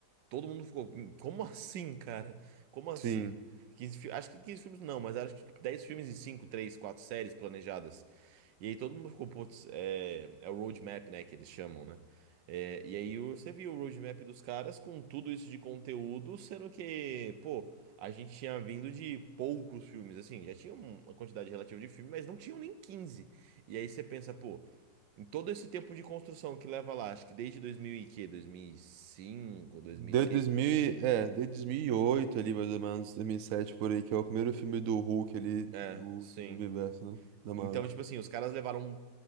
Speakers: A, on the right; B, on the right.
A: todo mundo ficou, "Hum, como assim, cara? Como assim?
B: Sim.
A: 15, fi- acho que 15 filmes não, mas acho que tipo, 10 filmes e 5 3 4 séries planejadas. E aí todo mundo ficou, putz, é, é o roadmap, né, que eles chamam, né? É, e aí o- você viu o roadmap dos caras com tudo isso de conteúdo, sendo que, pô, a gente tinha vindo de poucos filmes, assim, já tinha uma quantidade relativa de filme, mas não tinham nem 15. E aí você pensa, pô, em todo esse tempo de construção que leva lá, acho que desde 2000 e quê? 2005, 2006?
B: Desde 2000, e- é, desde 2008 ali, mais ou menos, 2007 por aí, que é o primeiro filme do Hulk ali,
A: É,
B: do,
A: sim.
B: do universo, né? Da Marvel.
A: Então, tipo assim, os caras levaram um